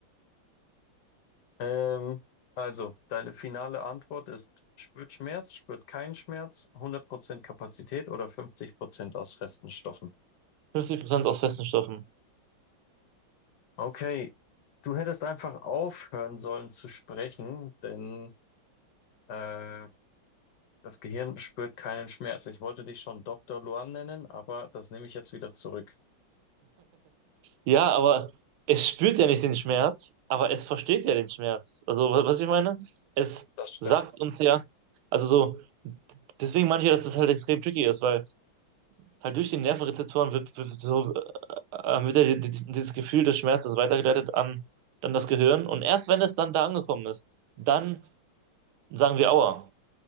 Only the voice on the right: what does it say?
50% aus festen Stoffen.
Ja, aber es spürt ja nicht den Schmerz, aber es versteht ja den Schmerz. Also, wa- was ich meine, es
sagt uns ja, also so, deswegen meine ich ja, dass das halt extrem tricky ist, weil halt durch die Nervenrezeptoren wird, wird, so, äh, wird ja die, die, dieses Gefühl des Schmerzes weitergeleitet an, an das Gehirn und erst wenn es dann da angekommen ist, dann sagen wir Aua.